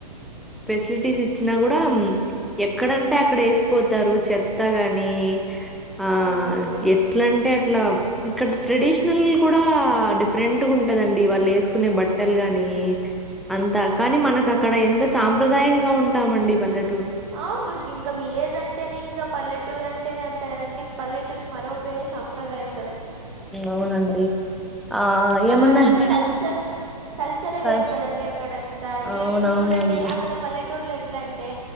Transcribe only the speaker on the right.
అవునులేండి
అవును అండి ఇంకా విలేజ్ అంటేనే ఇంకా పల్లెటు టూర్ అంటేనే అంత కదండి పల్లెటూర్ కి మరో పేరు సంప్రదాయం
అక్కడంతా
కల్చర్ కల్చరే
వేరు కదండి అక్కడంతా
ఇప్పుడు చూడండి అక్కడ పల్లెటూర్లో ఎట్లా అంటే